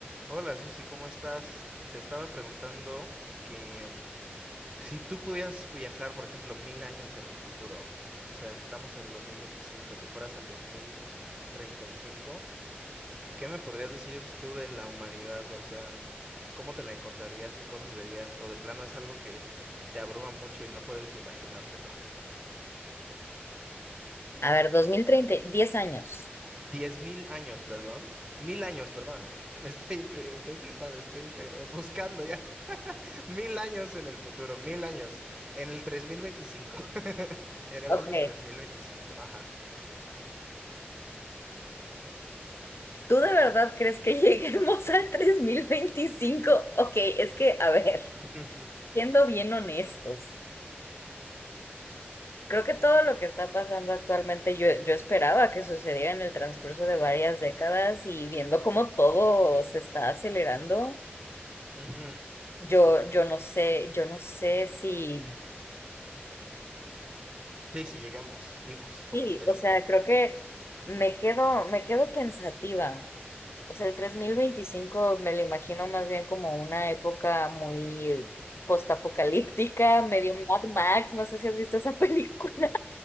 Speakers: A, on the right; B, on the left.
A: Hola Susi, ¿cómo estás? Te estaba preguntando que mm, si tú pudieras viajar, por ejemplo, mil años en el futuro, o sea, que estamos en el 2025, te fueras al 2035, ¿qué me podrías decir tú de la humanidad? O sea, ¿cómo te la encontrarías? ¿Qué cosas verías? O de plano es algo que te abruma mucho y no puedes ni imaginártelo.
B: A ver, 2030, 10 años.
A: Diez mil años, perdón. Mil años, perdóname. <laughs> Me estoy, fli- estoy flipando, estoy, este, ofuscando ya. <laughs> Mil años en el futuro, mil años. En el 3025, <laughs> En el
B: Ok.
A: año 3025, ajá.
B: ¿Tú de verdad crees que <laughs> lleguemos al 3025? Ok, es que, a ver,
A: Ujú,
B: siendo bien honestos, creo que todo lo que está pasando actualmente yo, yo esperaba que sucediera en el transcurso de varias décadas y viendo cómo todo se está acelerando,
A: ujú.
B: yo, yo no sé, yo no sé si,
A: Sí, sí, llegamos vivos como
B: sí,
A: especie.
B: o sea, creo que me quedo, me quedo pensativa. O sea, el 3025 me lo imagino más bien como una época muy postapocalíptica, medio Mad Max, no sé si has visto esa película.